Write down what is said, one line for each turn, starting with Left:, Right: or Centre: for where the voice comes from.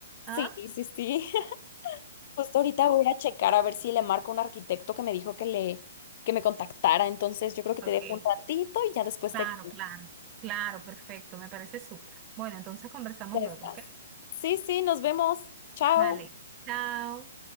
Right: ¿Ah?
Left: Sí, sí, sí. <laughs> Justo ahorita voy a ir a checar a ver si le marco a un arquitecto que me dijo que le, que me contactara. Entonces yo creo que te
Right: Ok.
Left: dejo un ratito y ya después
Right: Claro,
Left: te
Right: claro. Claro, perfecto. Me parece súper. Bueno, entonces conversamos
Left: ya
Right: luego,
Left: estás.
Right: ¿ok?
Left: Sí, sí, nos vemos. Chao.
Right: Dale. Chao.